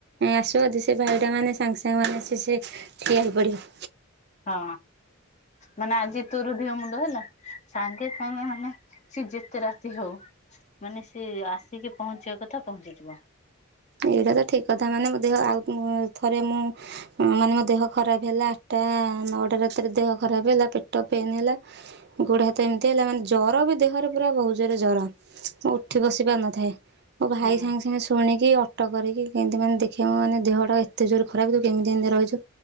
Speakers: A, on the right; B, on the left.
A: ଆସିବ ସେ ଭାଇଟା ମାନେ ସାଙ୍ଗେସଙ୍ଗେ ସେମାନେ ସିଏ ସେ ଠିଆ ହେଇ ପଡ଼ିବ।
B: ହଁ ମାନେ ଆଜି ତୋର ଦିହ ମୁଣ୍ଡ ହେଲା। ସାଙ୍ଗେ ସାଙ୍ଗେ ମାନେ ସିଏ ଯେତେ ରାତି ହଉ। ମାନେ ସିଏ ଆସିକି ପହଞ୍ଚିବା କଥା ପହଞ୍ଚିଯିବ।
A: ଏଇଟା ତ ଠିକ କଥା ମାନେ ମୋ ଦେହ ଆଉ ଥରେ ମୁଁ ମାନେ ମୋ ଦେହ ଖରାପ ହେଲା ଆଠଟା ନଅଟା ରାତି। ରେ ଦେହ ଖରାପ ହେଲା ପେଟ ପେନ୍ ହେଲା ଗୋଡ ହାତ ଏମତି ଏତେ ହେଲା ମାନେ ଜ୍ୱର ବି ଦେହରେ ପୁରା ବହୁତ ଜୋରେ ଜ୍ୱର। ମୁଁ ଉଠି ବସି ପାରୁନଥାଏ ମୋ ଭାଇ
B: ହୁଁ
A: ସାଙ୍ଗେ ସାଙ୍ଗେ ଶୁଣିକି ଅଟୋ କରିକି କେମତି ମାନେ ଦେଖ ଦେଖେଇବ ମାନେ ଦେହଟା ଏତେ ଜୋରେ ଖରାପ ତୁ କେମିତି ଏମିତି ରହିଛୁ।